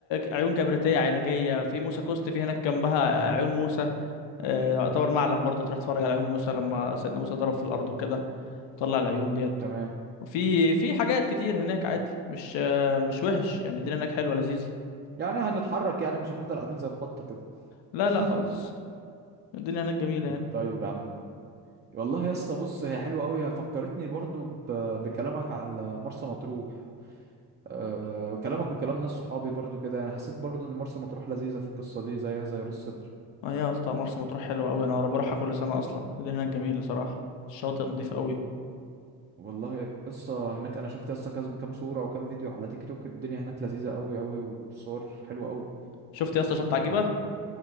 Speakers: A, on the left; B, on the right.
A: عيون كبريتية علاجية في موسى كوست في هناك جنبها عيون موسى آه، يعتبر معلم برضه تروح تتفرج على عيون موسى لما سيدنا موسى ضرب في الارض وكده طلع العيون ديت
B: تمام
A: وفي في حاجات كتير هناك عادي مش آه، مش وحش يعني الدنيا هناك حلوة لذيذة
B: يعني هنتحرك يعني مش هنفضل قاعدين زي البطة كده
A: لا
B: <laughs>
A: لا خالص الدنيا هناك جميلة يعني
B: طيب يا عم والله يا اسطى بص هي حلوه قوي فكرتني برضو ب... بكلامك على مرسى مطروح أه كلامك وكلام ناس صحابي برضو كده يعني حسيت برضو ان مرسى مطروح لذيذه في القصه دي زيها زي راس سدر
A: اه يا اسطى مرسى مطروح حلوة قوي انا بروحها كل سنة اصلا الدنيا هناك جميلة صراحة الشواطئ نظيفة قوي
B: والله يا اسطى هناك انا شفت يا اسطى كذا- كام صوره وكام فيديو على تيك توك الدنيا هناك لذيذه قوي قوي والصور حلوه قوي
A: شفت يا اسطى شط عجيبة
B: يعني